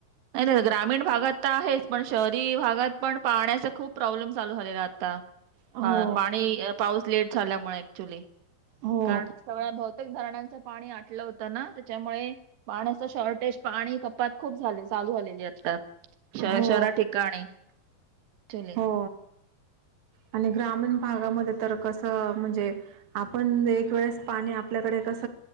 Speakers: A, on the right (about 85°); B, on the right (about 65°).
A: नाही नाही ग्रामीण भागात तर आहेच, पण शहरी भागात पण पाण्याचा खूप प्रॉब्लेम चालू झालेला आता.
B: हो
A: ह पाणी पाऊस लेट झाल्यामुळे ऍक्च्युली.
B: हो
A: कारण सगळ्या बहुतेक धरणांचं पाणी आटलं होतं ना त्याच्यामुळे पाण्याच शॉर्टेज, पाणी कपात खूप झाले चालू झालेली आता श
B: हो
A: शहरा ठिकाणी चले
B: हो. आणि ग्रामीण भागामध्ये तर कसं म्हणजे आपण एक वेळेस पाणी आपल्याकडे कस